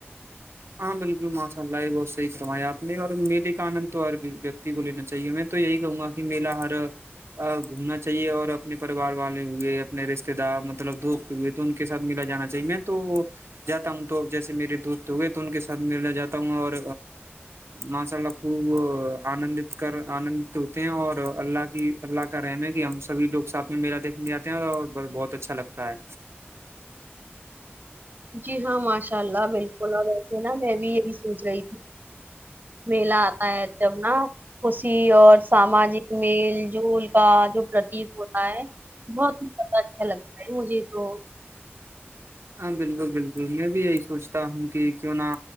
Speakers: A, on the right; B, on the right.
A: ہاں بالکل ماشاء اللہ یہ بہت صحی فرایا آپ نے اور میرے کا آنند تو ہر ویکتی کو لینا چاہیے میں تو یہی کہوں گا میلہ ہر گھومنا چاہیے اور اپنے پریوار والے ہوئے اپنے رشتے دار مطلب دپ ئے تو ان کے سھ ملا جانا چاہیے میں تو جاتا ہوں توب جیسے میرے دوست ہوئے تو ان کے ساتھ مللا جاتا ہوں اور ماشاء اللہ خوب آنندت کر آنندت ہوتے ہیں اور اللہ کی اللہ کا رحم ہے کہ ہم سبھی لوگ سھ میں میلا دیکھنے جتے ہیں اور بہت اچھا لگتا ہے
B: جی ہاں ماشاء اللہ بالکل اور ویسے نا میں بھی یہی سوچ رہی تھی میلا آتا ہے جب نا خوشی اور ساماجک میل جول کا جو پرتییک ہوتا ہے بہت ہی زیادہ اچھا لگتا ہے مجھے تو
A: ہاں بالکل بالکل میں بھی یہی سوچتا ہوں کہ کیوں نہ